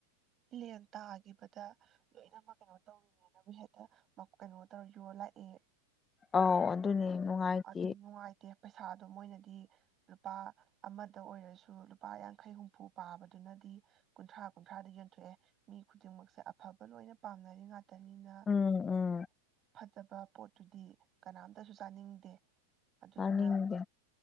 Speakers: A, on the right; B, on the left.
A: ꯂꯦꯟ ꯇꯥꯈꯤꯕꯗ ꯂꯣꯏꯅꯃꯛ ꯀꯩꯅꯣ ꯇꯧꯋꯤꯅꯦꯅꯕꯨ ꯍꯦꯛꯇ ꯀꯩꯅꯣ ꯇꯧꯔ ꯌꯣꯜꯂꯥꯛꯑꯦ
B: ꯑꯧ ꯑꯗꯨꯅꯤ ꯅꯨꯡꯉꯥꯏꯇꯦ
A: ꯑꯗꯨ ꯅꯨꯡꯉꯥꯏꯇꯦ ꯄꯩꯁꯥꯗꯣ ꯃꯣꯏꯅꯗꯤ ꯂꯨꯄꯥ ꯑꯃꯗ ꯑꯣꯏꯔꯁꯨ ꯑꯗꯨ ꯂꯨꯄꯥ ꯌꯥꯡꯈꯩ ꯍꯨꯝꯐꯨ ꯄꯥꯕꯗꯨꯅꯗꯤ ꯀꯨꯟꯊ꯭ꯔꯥ ꯀꯨꯟꯊ꯭ꯔꯥꯗ ꯌꯣꯟꯊꯣꯛꯑꯦ ꯃꯤ ꯈꯨꯗꯤꯡꯃꯛꯁꯦ ꯑꯐꯕ ꯂꯣꯏꯅ ꯄꯥꯝꯅꯔꯤ ꯉꯥ ꯐꯠꯇꯅꯤꯅ
B: ꯎꯝ ꯎꯝ
A: ꯐꯠꯇ ꯇꯕ ꯄꯣꯠꯇꯨꯗꯤ ꯀꯅꯥꯝꯇꯁꯨ ꯆꯥꯅꯤꯡꯗꯦ ꯑꯗꯨꯗꯨꯅ
B: ꯇꯥꯅꯤꯡꯗꯦ